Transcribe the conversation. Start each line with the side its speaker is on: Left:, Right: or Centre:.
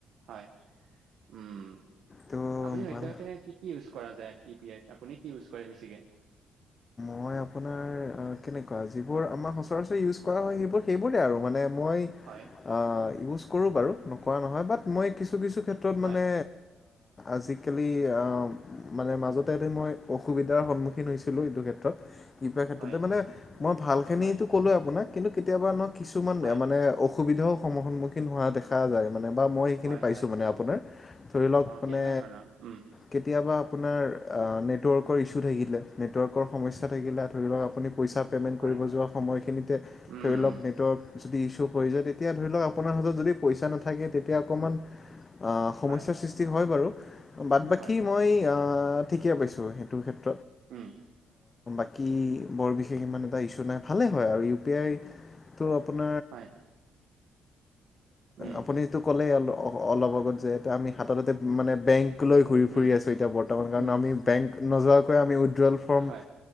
Right: হয়। উম
Left: তো
Right: আপুনি সদ্যয়হতে
Left: ভাল
Right: কি কি ইউজ কৰা যায় ই পি এত আপুনি? কি ইউজ কৰে বেছিকে?
Left: মই আপোনাৰ কেনেকুৱা যিবোৰ আমাৰ সচৰাচৰ ইউজ কৰা হয় সেইবোৰ সেইবোৰে আৰু মানে মই
Right: হয়
Left: অ ইউচ কৰোঁ বাৰু নকৰা নহয় বাত মই কিছু কিছু ক্ষেত্ৰত
Right: হয়
Left: মানে আজিকালি অ', মানে মাজতে মই অসুবিধাৰ সন্মুখীন হৈছিলোঁ এইটো ক্ষেত্ৰত। এনেকুৱা ক্ষেত্ৰতে
Right: হয়
Left: মানে মই ভাল খিনি
Right: হয়
Left: ক'লোৱে আপোনাক কিন্তু কেতিয়াবা নক কিছুমান
Right: হয়
Left: মানে অসুবিধাও সম সন্মুখীন হোৱা দেখা যায়। মানে বা মই সেইখিনি
Right: হয়
Left: পাইছো
Right: হয়
Left: মানে আপোনাৰ, ধৰি লওক
Right: অ
Left: মানে
Right: কেনেকুৱা ধৰণৰ উম
Left: কেতিয়াবা আপোনাৰ নেটৱৰ্কৰ ইছু থাকিলে নেটৱৰ্কৰ সমস্যা থাকিলে ধৰি লওক আপুনি পইচা পে'মেণ্ট
Right: হয়
Left: কৰিব যোৱা সময়খিনিতে
Right: উম
Left: ধৰি লওক নেটৱৰ্ক যদি ইছ্যু পৰি যায় তেতিয়া ধৰি লওক আপোনাৰ হাতত যদি পইচা নাথাকে তেতিয়া অকণমান আহ সমস্যাৰ
Right: হয়
Left: সৃষ্টি হয় বাৰু বাদ বাকী
Right: হয়
Left: মই ঠিকেই পাইছো সেইটো ক্ষেত্ৰত
Right: উম।
Left: বৰ বিশেষ ইমান এটা ইছু নাই, ভালে হয় আৰু ই পি আই তটো আপোনাৰ
Right: হয়। উম
Left: আপুনিটো ক'লে অলপ আগত যে আমি হাত বেংক লৈ ঘুৰি ফুৰি
Right: উম
Left: আছো এতিয়া বৰ্তমান কাৰণ
Right: উম
Left: আমি বেংক নোৱাকৈ আমি উইড্ৰেল ফৰ্ম
Right: হয়